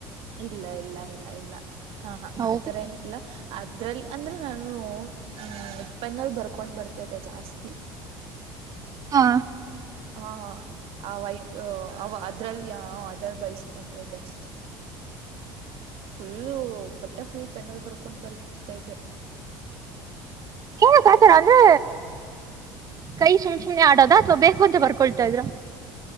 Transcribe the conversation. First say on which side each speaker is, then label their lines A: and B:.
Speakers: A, on the right (about 60°); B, on the right (about 35°).
A: ಇಲ್ಲ ಇಲ್ಲ ಇಲ್ಲ ಇಲ್ಲ ಹಾ ಹಾ
B: ಹೌದು
A: ಆ ತರ ಏನ ಇಲ್ಲ ಅದ್ರಲ್ಲಿ ಅಂದ್ರೆ ನಾನ ಹ ಹ್ಮ್ ಉಪ್ಪೆನಲ್ ಬರ್ಕೊಂಡ್ ಬರ್ತತೆ ಜಾಸ್ತಿ
B: ಹಾ
A: ಹಾ ಆ ವೈಟ್ ಅದ್ರಲ್ಲಿ ಅದ್ರಲ್ಲಿ ಬೈಸ್ಕೊತ ಇದ್ದಷ್ಟೇ. ಫುಲ್ಲು. ಪಟ್ಟ ಫುಲ್ ಪೆನಲ್ ಬರ್ಕೊಂಡ್ ಬರ್ತಾ್ದೆ.
B: ಏನಕ್ಕೆ ಆ ಅಂದ್ರೆ ಕೈ ಸುಮ್ ಸುಮ್ನೆ ಆಡೋದ ಅಥವಾ ಬೇಕು ಅಂತ ಬರ್. ಕೊಳ್ತಾ ಇದ್್ರರು.